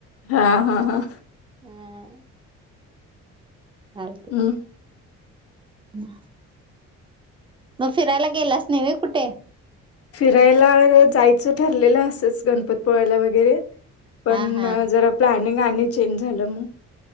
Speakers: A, on the left; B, on the right.
A: हा हा हा.
B: हम. चालते
A: हम्म
B: ह. मग फिरायला गेलास नही ऊय कुठे.
A: फिरायला जायचं ठरलेलं असंच गणपती पोळायला वगैरे पण
B: हा हा
A: जरा प्लॅनिंग आणि चेंज झालं मग